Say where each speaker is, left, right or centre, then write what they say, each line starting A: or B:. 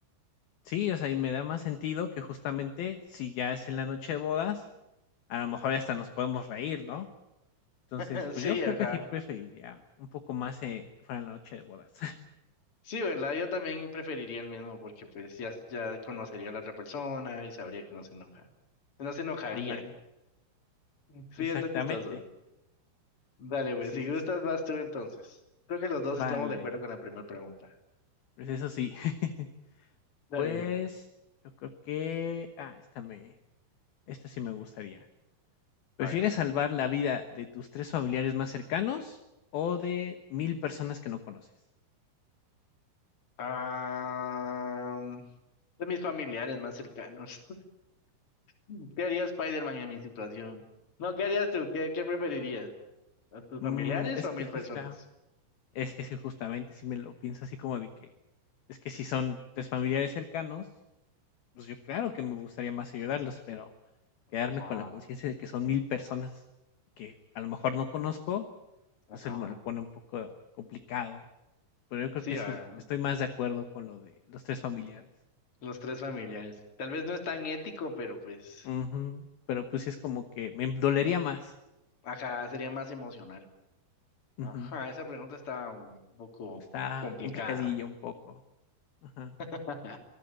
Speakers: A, on the left (about 65°); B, on the left (about 35°).
A: sí, o sea, y me da más sentido que justamente si ya es en la noche de bodas a lo mejor hasta nos podemos reír, ¿no? Entonces,
B: <laughs>
A: pues
B: Sí,
A: yo creo
B: ajá.
A: que sí preferiría un poco más eh, que fuera la noche de bodas. <laughs>
B: Sí, ¿verdad? Yo también preferiría el mismo porque pues ya, ya conocería a la otra persona y sabría que no se enoja. No se enojaría.
A: Ándale,
B: Sí,
A: exactamente.
B: está chistoso. Dale, güey,
A: Sí,
B: si
A: sí,
B: gustas,
A: sí.
B: vas tú entonces. Creo que los dos
A: Vale,
B: estamos de acuerdo con la primera pregunta.
A: pues eso sí. <laughs>
B: Dale,
A: Pues
B: güey.
A: yo creo que... Ah, esta me... Esta sí me gustaría. ¿Prefieres
B: A ver.
A: salvar la vida de tus tres familiares más cercanos o de mil personas que no conoces?
B: Ah, de mis familiares más cercanos. <laughs> ¿Qué haría Spider-Man en mi situación? No, ¿qué harías tú? ¿Qué, qué preferirías? ¿A tus
A: Mm,
B: familiares
A: es
B: o a
A: que
B: mil
A: sí
B: personas?
A: está... Es que sí, justamente, si me lo pienso así como de que... Es que si son tres familiares cercanos, Pues yo claro que me gustaría más ayudarlos, pero quedarme
B: Ajá,
A: con la conciencia de que son 1000 personas que a lo mejor no conozco,
B: ajá.
A: pues él me lo pone un poco complicado. Pero yo creo
B: Sí,
A: que
B: a
A: sí, estoy más de acuerdo con lo de los tres familiares.
B: los tres familiares. Tal vez no es tan ético, pero pues,
A: Ujú, pero pues sí es como que me dolería más.
B: ajá, sería más emocional.
A: Ujú,
B: Ajá, esa pregunta está un poco
A: está
B: complicada.
A: complicadillo un poco. Ajá,
B: <laughs>